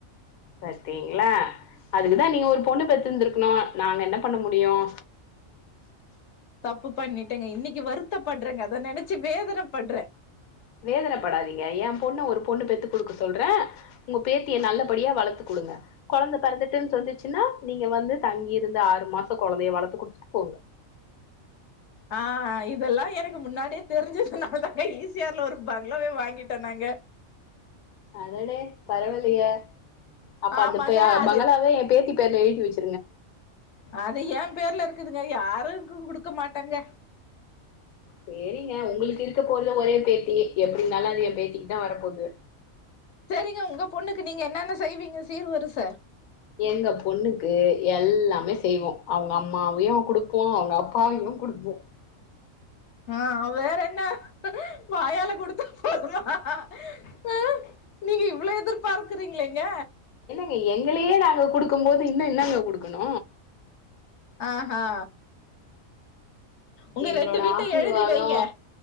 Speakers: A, on the left; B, on the left.
A: பாத்தீங்களா அதுக்குதான் நீங்க ஒரு பொண்ணு பெத்துருந்திருக்கணும் நாங்க என்ன பண்ண முடியும்
B: தப்பு பண்ணிட்டேங்க இன்னைக்கு வருத்த படுறேங்க அதை நெனைச்சு வேதனை படுறேன்
A: வேதனைப்படாதீங்க என் பொண்ணு ஒரு பொண்ணு பெத்து குடுக்க சொல்றேன் உங்க பேத்திய நல்லபடியா வளர்த்து குடுங்க குழந்தை பிறந்துட்டுன்னு சொன்னுச்சுன்னா நீங்க வந்து தங்கிருந்து ஆறு மாசம் குழந்தைய வளர்த்து குடுத்துட்டு போங்க
B: ஆ இதெல்லாம் எனக்கு முன்னாடியே தெரிஞ்சுனாலதாங்க ஈ ச ஆர் ல ஒரு பங்களாவே வாங்கிட்டோம் நாங்க
A: அடடே பரவாயில்லயே அப்ப
B: ஆமாங்க
A: அந்த பா
B: அது
A: பங்களாவே ஏன் பேத்தி <unintelligible>
B: அது ஏன் பேர்ல இருக்குதுங்க யா <unintelligible> குடுக்க மாட்டேங்க
A: சேரிங்க உங்களுக்கு இருக்க போறது ஒரே பேத்தி எப்படி இந்தாலும் அது என் பேத்தி க்கு தான் வரப்போது
B: செரிங்க உங்க பொண்ணுக்கு நீங்க என்னென்ன செய்வீங்க சீர் வரிச
A: எங்க பொண்ணுக்கு எல்லாமே செய்வோம் அவுங்க அம்மாவையும் குடுப்போம் அவுங்க அப்பாவையும் குடுப்போம்
B: ஆ வேறென்ன வாயால குடுத்தா போதுமா அ நீங்க இவ்ளொ எதிர்பார்க்குறீங்ளேங்க?
A: ங்க எங்களயே நாங்க குடுக்கும் போது இன்னு இன்னங்க குடுக்கனு
B: ஆஹா உங்க
A: எங்களோட
B: ரெண்டு வீட்ட
A: ஆசிர்வாதொ
B: எழுதி வைங்க